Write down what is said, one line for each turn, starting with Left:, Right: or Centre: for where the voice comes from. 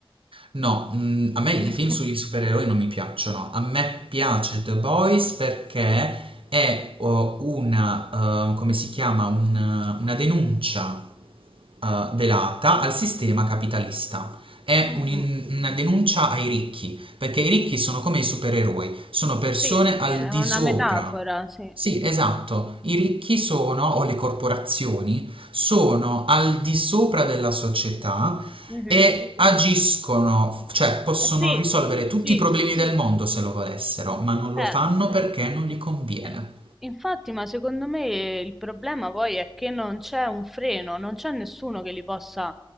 Right: No, mhmm, a me
Centre: <laughs>
Right: i film sui supereroi non mi piacciono. A me piace The Boys perché è o una, ehm, come si chiama, un uh, una denuncia, ehm, velata al sistema capitalista. È
Centre: Mm,
Right: un'in
Centre: mm.
Right: una denuncia ai ricchi, perché i ricchi sono come i supereroi, sono persone
Centre: Sì, sì,
Right: al
Centre: è
Right: di
Centre: una
Right: sopra.
Centre: metafora, sì.
Right: Sì, esatto, i ricchi sono, o le corporazioni, sono al di sopra della società
Centre: Mhm.
Right: e agiscono, cioè possono
Centre: Eh sì,
Right: risolvere tutti
Centre: sì,
Right: i problemi
Centre: sì, sì.
Right: del mondo se lo volessero, ma non lo
Centre: Eh,
Right: fanno perché non gli conviene.
Centre: eh, infatti, ma secondo me il problema poi è che non c'è un freno, non c'è nessuno che li possa